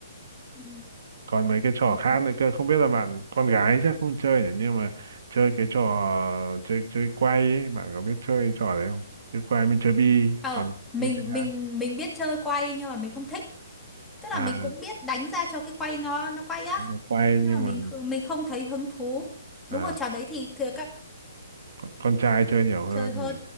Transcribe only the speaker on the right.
còn mấy cái trò
khác nữa cơ không biết là bạn con gái chắc không chơi nhỉ nhưng mà chơi cái trò chơi chơi quay ấy bạn có biết chơi trò đấy không chơi quay mình chơi bi
còn
bi biết đá
à
nhưng mà quay
nhưng
mà
à,
con, con trai chơi nhiều hơn
nhỉ